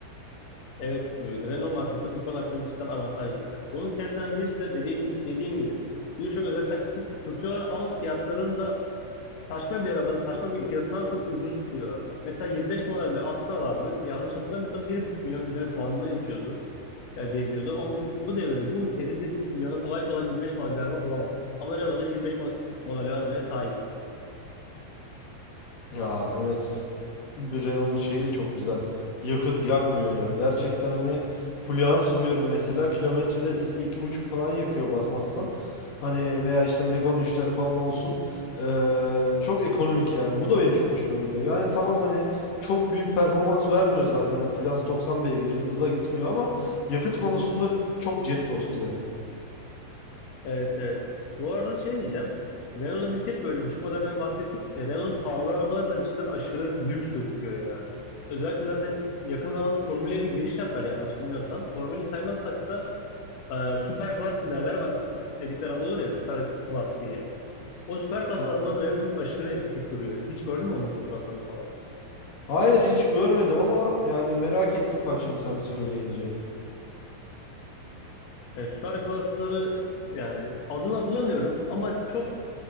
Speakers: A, on the left; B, on the left.
A: Evet, böyle Renault markası bu konu hakkında cidden avantajlı. Bunun sebeplerinden birisi de dediğim, dediğim gibi birçok özellikten kısık kısıyorlar ama fiyatlarını da saçma bir arabanın saçma bir fiyatındansa ucuz tutuyorlar. Mesela 25 model bir Asla vardı. Yanlış hatırlamıyorsam 1,5 milyon lira bandına içiyordu. ya geziyordu. Ama bu, bu devirde bu ülkede bir buçuk milyona kolay kolay 25 model bir araba bulamazsın. Ama Renault'da 25 mo- model bir arabaya sahip.
B: Ya evet bir Renault'un şeyi de çok güzel. Yakıt yakmıyor ya. Gerçekten hani fluans sürüyorum mesela. Kilometrede iki iki buçuk falan yakıyor basmazsan. Hani veya işte Megane 3'ler falan olsun. Ee, çok ekonomik yani. Bu da benim çok hoşuma gidiyor. Yani tamam hani çok büyük performans vermiyor zaten. Yani fluans 90 beygir hızlı da gitmiyor ama yakıt konusunda çok cep tostu ya.
A: Evet evet. Bu arada şey diyeceğim. Renault'da biz hep böyle düşük modellerden bahsettik de Renault'un pahalı arabaları da cidden aşırı lüks gözüküyor ya. Özellikle zaten yakın zamanda Formula'ya da giriş yaptılar yanlış bilmiyorsam. Formula'yı saymazsak da e, süper klas mı derler var- dedikleri araba olur ya süper klas diye. O süper klas
B: Ha-
A: arabaları Renault'un aşırı estetik duruyor. Hiç gördün mü onların fotoğraflarını falan?
B: Hayır hiç görmedim ama yani merak ettim bak şimdi sen söyleyince.
A: E, Süper Klasları yani adını hatırlamıyorum ama çok